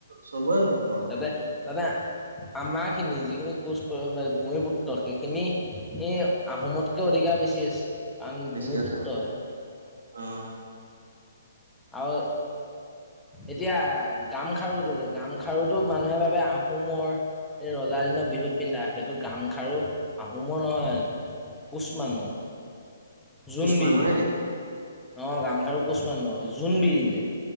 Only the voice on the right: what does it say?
চবোৰ ম
বেছি
আছে
অ
কোচ মানুহে নি